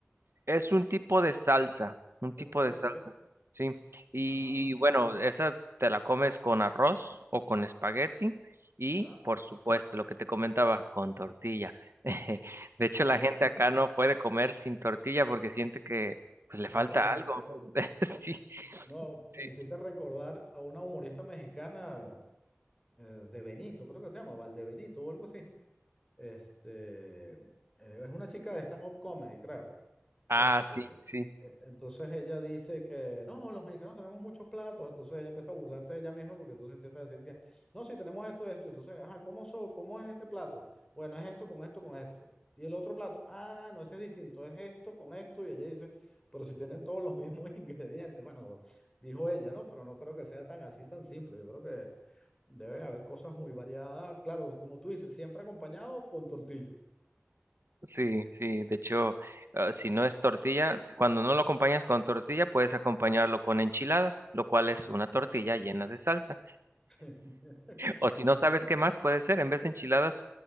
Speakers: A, on the right; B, on the left.
A: Es un tipo de salsa, un
B: Ok,
A: tipo de salsa,
B: ok.
A: sí. Y,
B: Ah,
A: y bueno, esa te la comes con arroz o con espagueti y,
B: ya.
A: por supuesto, lo que te comentaba, con tortilla. <laughs> De hecho, la gente acá no puede comer sin tortilla porque siente que pues
B: Me
A: le falta
B: falta algo.
A: algo. <laughs> Sí,
B: No,
A: sí.
B: me hiciste recordar a una humorista mexicana eh, de Benito, creo que se llama Valdebenito o algo así. Este, eh, es una chica de stand-up comedy, creo.
A: Ah,
B: Este.
A: sí, sí.
B: E- Entonces ella dice que no, los mexicanos tenemos muchos platos, entonces ella empieza a burlarse de ella misma porque entonces empieza a decir que no, sí, tenemos esto, esto, entonces, ajá, ¿cómo, so- cómo es este plato? Bueno, es esto con esto, con esto. Y el otro plato, ah, no, ese es distinto, es esto con esto, y ella dice, pero si tienen todos los mismos <laughs> ingredientes, bueno, dijo ella, ¿no? Pero no creo que sea tan así, tan simple, yo creo que deben haber cosas muy variadas, claro, como tú dices, siempre acompañado con tortilla.
A: Sí, sí, de hecho, ah, si no es tortilla, si- cuando no lo acompañas con tortilla, puedes acompañarlo con enchiladas, lo cual es una tortilla llena de salsa.
B: <laughs>
A: O si no sabes qué más puede ser, en vez de enchiladas,